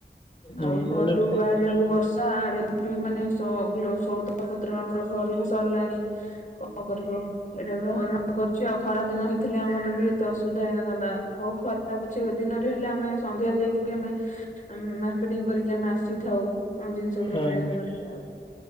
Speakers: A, on the left; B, on the left.
A: ଆଉ
B: ହୁଁ
A: ଘରୁ
B: ଏଇନା ପୁ
A: ବାହାରିବାକୁ ବର୍ଷା ସ ଆଡେ ବି ମାନେ ସ ସଉଦା ପତ୍ର ଆମର ଘର ବି ସରିଲାଣି କଣ କରିବୁ ଏଇଟା ପୁର ହରଣ କରୁଛି ଆଉ ଖରା ଦିନ ହେଇଥିଲେ ଆମର ବି ଏତେ ଅସୁବିଧା ହେଇନଥାନ୍ତା ହଉରା ତା ପଛେ ଦିନରେ ହେଲେ ଆମେ ସନ୍ଧ୍ୟାରେ ଯାଇକି ବି ଆମେ କରିକି ଆମେ ଆସିଥାଉ ପତ୍ର
B: ହୁଁ
A: କିଣାକିଣି କରିକି ଆଉ